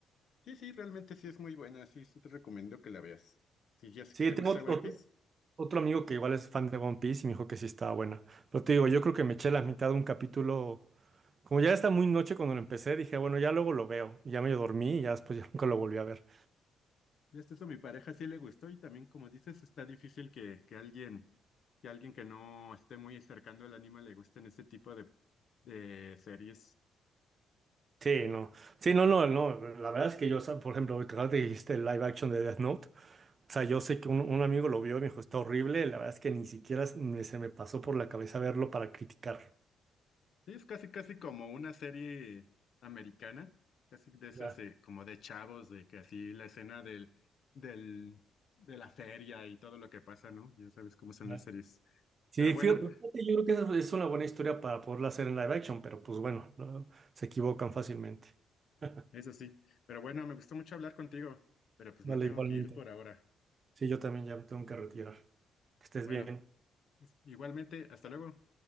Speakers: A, on the left (about 60°); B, on the right (about 40°).
A: Sí, sí, realmente sí es muy buena, sí, sí te recomiendo que la veas. Si ya sé
B: Sí,
A: que te
B: tengo
A: gusta
B: otro,
A: One Piece,
B: otro amigo que igual es fan de One Piece y me dijo que sí estaba buena, pero te digo, yo creo que me eché la mitad de un capítulo, como ya está muy noche cuando lo empecé, dije, bueno, ya luego lo veo, y ya medio dormí y ya después ya <laughs> nunca lo volví a ver.
A: ya hasta eso a mi pareja sí le gustó y también como dices, está difícil que, que alguien, que alguien que no esté muy cercano al anime le gusten ese tipo de, de series.
B: Sí, no, sí, no, no, no, la verdad es que yo, o sea, por ejemplo, ahorita que dijiste el live action de Death Note. O sea, yo sé que un, un amigo lo vio y me dijo, está horrible. La verdad es que ni siquiera s- me- se me pasó por la cabeza verlo para criticar.
A: Sí, es casi casi como una serie americana, casi de esas
B: Ya,
A: de- como de chavos, de que así la escena del, del, de la feria y todo lo que pasa, ¿no? Ya sabes cómo son
B: ya.
A: las series.
B: Sí,
A: Pero bueno.
B: fíjate, fíjate, yo creo que esa es una buena historia para poderla hacer en live action, pero pues bueno, no, se equivocan fácilmente. <laughs>
A: Eso sí, pero bueno, me gustó mucho hablar contigo, pero pues
B: Vale,
A: me tengo
B: igualmente.
A: que ir por ahora.
B: Sí, yo también ya me tengo que retirar. Que estés
A: Bueno,
B: bien.
A: igualmente, hasta luego.